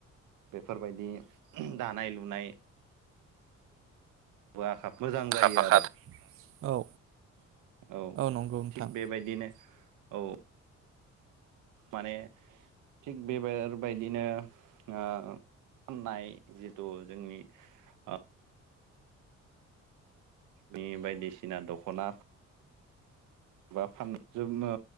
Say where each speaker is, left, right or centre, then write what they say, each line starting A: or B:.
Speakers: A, on the right; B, on the right.
A: बेफोरबायदि दानाय लुनाय गुवा खा मोजां
B: आखा
A: जायो
B: फाखा
A: आरो
B: औ
A: औ
B: नंगौ नोंथां
A: थिग बेबायदिनो औ माने थिग बेबायदिनो ओ फाननाय जिथु जोंनि आ बे बायदिसिना दख'ना बा फान जोमनो